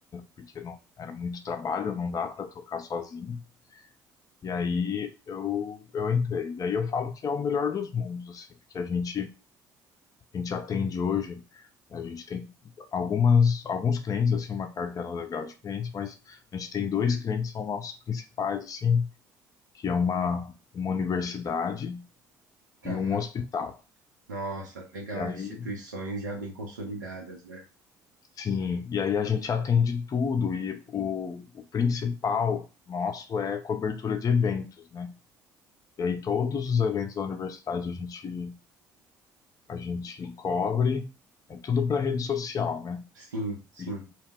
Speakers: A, on the left; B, on the right.
A: porque não era muito trabalho, não dá para tocar sozinho. E aí eu eu entrei. E aí eu falo que é o melhor dos mundos, assim, porque a gente a gente atende hoje, a gente tem algumas, alguns clientes, assim, uma carteira legal de clientes, mas a gente tem dois clientes que são nossos principais, assim, que é uma, uma universidade
B: tá.
A: e um hospital.
B: Nossa, legal,
A: E aí,
B: instituições já bem consolidadas, né?
A: sim, e aí a gente atende tudo, e o, o principal nosso é cobertura de eventos, né? E aí todos os eventos da universidade a gente, a gente cobre, é tudo para rede social, né?
B: Sim, sim.
A: E,